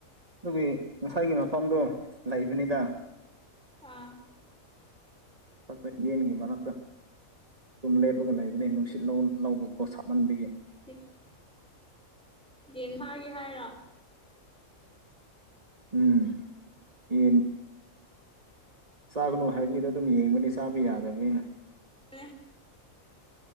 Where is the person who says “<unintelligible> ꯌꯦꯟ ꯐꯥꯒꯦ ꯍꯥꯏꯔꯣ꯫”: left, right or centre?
Centre